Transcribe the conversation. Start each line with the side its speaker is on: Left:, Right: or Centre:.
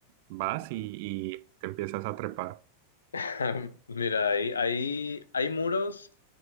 Right: vas y y te empiezas a trepar?
Left: <laughs> Mira, ahí, ahí hay muros